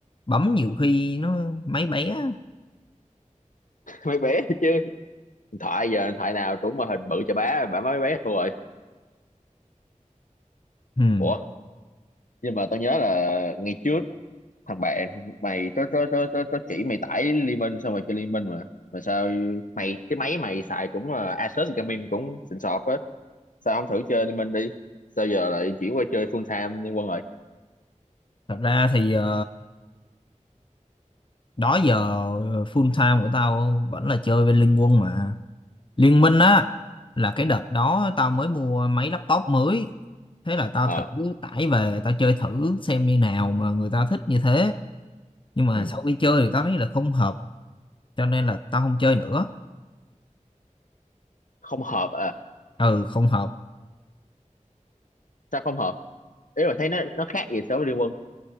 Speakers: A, on the left; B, on the left.
A: bấm nhiều khi nó máy bé á.
B: mấy bé chứ điện thoại giờ điện thoại nào cũng mà hình bự cho bá bả mấy bé thua rồi
A: ừ.
B: ủa nhưng mà tao nhớ là ngày trước thằng bạn mày có có có có, có chỉ mày tải Liên Minh xong rồi chơi Liên Minh mà mà sao mày cái máy mày xài cũng là Asus Gaming cũng xịn sọt hết sao không thử chơi Liên Minh đi sao giờ lại chuyển qua chơi full time Liên Quân rồi
A: thật ra thì ờ, đó giờ full time của tao vẫn là chơi bên Liên Quân mà Liên Minh á là cái đợt đó tao mới mua máy laptop mới thế là tao
B: ờ
A: thử tải về tao chơi thử xem như nào mà người ta thích như thế nhưng mà
B: ừ.
A: sau khi chơi thì tao thấy là không hợp cho nên là tao không chơi nữa
B: không hợp à
A: ừ không hợp
B: sao không hợp ý mà thấy nó nó khác gì so với Liên Quân